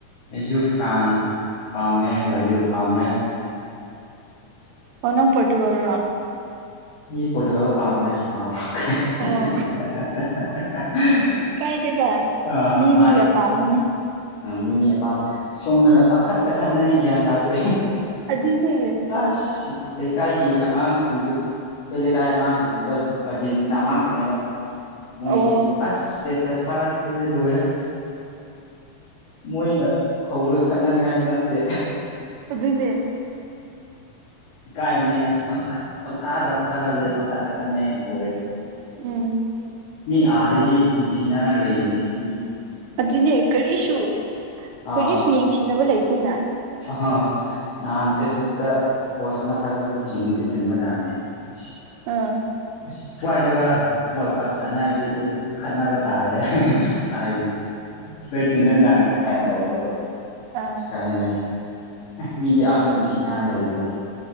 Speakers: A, on the left; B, on the right.
A: ꯑꯩꯁꯨ ꯐ꯭ꯔꯥꯟꯁ ꯄꯥꯝꯃꯦ ꯕ꯭ꯔꯥꯖꯤꯜ ꯄꯥꯝꯃꯦ꯫
B: ꯑꯣ ꯅꯪ ꯄꯣꯔꯇꯨꯒꯥꯜꯔꯣ꯫
A: ꯑꯩꯖꯦ ꯄꯣꯔꯇꯨꯒꯥꯜ ꯄꯥꯥꯝꯃꯦ ꯑꯥ꯫꯫ <unintelligible>
B: ꯑꯣ ꯀꯥꯏꯗꯦꯗ
A: ꯑ
B: ꯃꯤ
A: ꯃꯥꯅꯤ꯫
B: ꯃꯤꯒꯤ ꯑꯄꯥꯝꯕꯅꯦ
A: ꯃꯤ ꯃꯤ ꯑꯄꯥꯝꯕ ꯁꯣꯝꯗꯅ ꯄꯪꯈꯠꯇ ꯇ ꯈꯠꯅꯩ ꯒ꯭ꯌꯥꯟ ꯇꯥꯗꯦ꯫
B: ꯑꯗꯨꯅꯦ
A: ꯑꯁ ꯂꯩ ꯂꯩꯀꯥꯏꯒꯤ ꯑꯉꯥꯡꯁꯤꯡꯁꯨ ꯑꯩꯈꯣꯏ ꯂꯩꯀꯥꯏ ꯑꯉꯥꯡꯁꯤꯡꯁꯨ ꯄꯨꯔꯥ ꯑꯥꯔꯖꯦꯟꯇꯤꯅꯥ ꯉꯥꯛꯇꯅꯦꯕ꯫ ꯃꯣꯏꯗꯤ
B: ꯑꯣ
A: ꯑꯁ ꯏꯁꯇꯦꯇꯁ ꯊꯥꯒꯠꯄꯁꯤꯗꯤ ꯂꯣꯏꯔꯦ꯫ ꯃꯣꯏꯗ ꯍꯧꯔꯒ ꯈꯠꯅꯅꯤꯡꯉꯥꯏꯁꯨ ꯅꯠꯇꯦ꯫
B: ꯑꯗꯨꯅꯦ
A: ꯏꯀꯥꯏꯕꯅꯤꯅ ꯄꯪꯈꯠ ꯄꯪꯊꯥꯗ ꯊꯥꯗꯍꯥꯜꯂꯦ ꯄꯪꯈꯠ ꯈꯠꯅꯩ ꯂꯣꯏꯔꯦ
B: ꯎꯝ
A: ꯃꯤ ꯑꯥꯗꯗꯤ ꯅꯨꯡꯁꯤꯅꯔ ꯂꯩꯔꯤꯅꯦ ꯃꯤ
B: ꯑꯗꯨꯅꯦ ꯀꯔꯤꯁꯨ
A: ꯑꯥꯎ꯫
B: ꯀꯔꯤꯁꯨ ꯌꯦꯡꯊꯤꯅꯕ ꯂꯩꯇꯦꯅ
A: ꯑ ꯅꯍꯥꯟ ꯐꯦꯁꯕꯨꯛꯇ ꯄꯣꯁ ꯑꯃ ꯊꯥꯒꯠꯄꯗꯨ ꯆꯨꯝꯗꯤ ꯆꯨꯝꯕ ꯌꯥꯠꯅꯤ꯫ ꯏꯁ
B: ꯑꯥ
A: ꯏꯁ ꯁ꯭ꯋꯥꯏꯗꯒ ꯋꯥꯔꯜ ꯀꯞ ꯁꯥꯟꯅꯔꯗꯤ꯫ ꯂꯣꯏ ꯈꯠꯅꯕ ꯇꯥꯔꯦ ꯍꯥꯏꯕꯗꯣ ꯂꯣꯏ ꯊꯤꯟꯗꯠꯅꯒꯅꯤ ꯀꯥꯏꯅ ꯇꯧꯕꯗꯨꯀꯣ꯫
B: ꯑꯥ
A: ꯀꯥꯏꯅ ꯃꯤꯗꯤ ꯑꯥꯗ ꯅꯨꯡꯁꯤꯅꯅ ꯂꯩ ꯑꯗꯨꯒ꯫